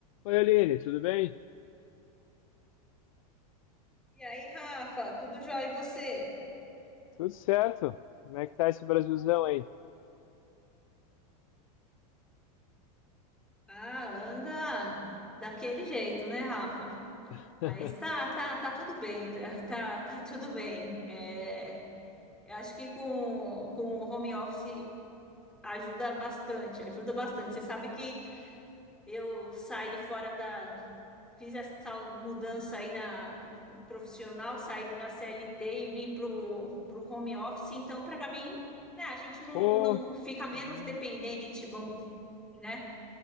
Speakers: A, on the left; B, in the centre.
A: Oi, Aline, tudo bem?
B: E aí, Rafa, tudo jóia e você?
A: Tudo certo? Como é que tá esse Brasilzão aí?
B: Ah, anda daquele jeito, né, Rafa?
A: <laughs>
B: Mas tá, tá, tá tudo bem, tá, <laughs> tá, tá tudo bem. É, eu acho que com, com o home office ajuda bastante, ajuda bastante. Você sabe que eu saí fora da, fiz essa mudança aí na profissional, saí da CLT e vim pro, pro home office, então para mim, né, a gente não,
A: Pô,
B: não fica menos
A: hum,
B: dependente, vamos dizer, assim, né?